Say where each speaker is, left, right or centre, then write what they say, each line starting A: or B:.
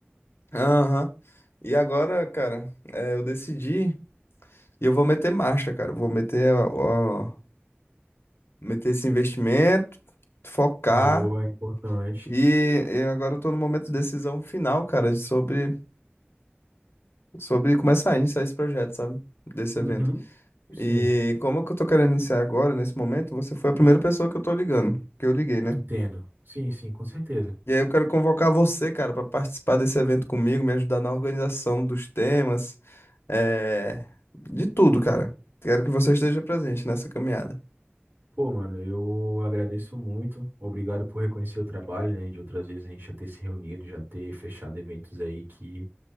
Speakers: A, on the left; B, on the right.
A: Aham. E agora, cara, é, eu decidi e eu vou meter marcha, cara. Vou meter, ó, meter esse investimento, focar.
B: Boa, importante.
A: E, e agora eu tô no momento de decisão final, cara, de sobre, sobre começar a iniciar esse projeto, sabe? Desse
B: Uhum,
A: evento.
B: sim,
A: E como é que eu tô querendo iniciar agora, nesse momento, você foi a primeira pessoa que eu tô ligando, que eu liguei, né?
B: entendo. Sim, sim, com certeza.
A: E aí eu quero convocar você, cara, pra participar desse evento comigo, me ajudar na organização dos temas, é... de tudo, cara. Quero que você esteja presente nessa caminhada.
B: Pô, mano, eu agradeço muito. Obrigado por reconhecer o trabalho, né? De outras vezes a gente já ter se reunido, já ter fechado eventos aí que